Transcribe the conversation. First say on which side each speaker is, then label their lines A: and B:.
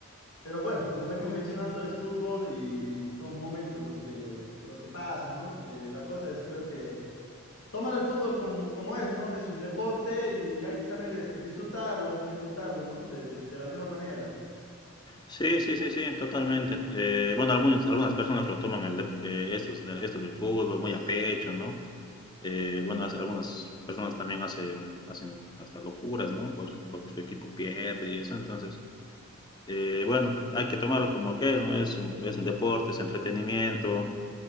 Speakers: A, on the left; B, on the left.
A: pero bueno, como venimos mencionando, es fútbol y son momentos los que, los que pasan, ¿no? Eh, la cosa es, creo que tomar el fútbol como, como es, ¿no? Es un deporte y hay que saber este, disfrutarlo, disfrutarlo, ¿no? De, de, de la mejor manera.
B: Sí, sí, sí, sí, totalmente. Eh, bueno, algunas, algunas personas lo toman el, de- eh, estos, estos del fútbol muy a pecho, ¿no? Eh, bueno, hace- algunas personas también hacen, hacen hasta locuras, ¿no? Por, porque su equipo pierde y eso. Entonces, eh, bueno, hay que tomarlo como que es, ¿no? Es un, es un deporte, es entretenimiento.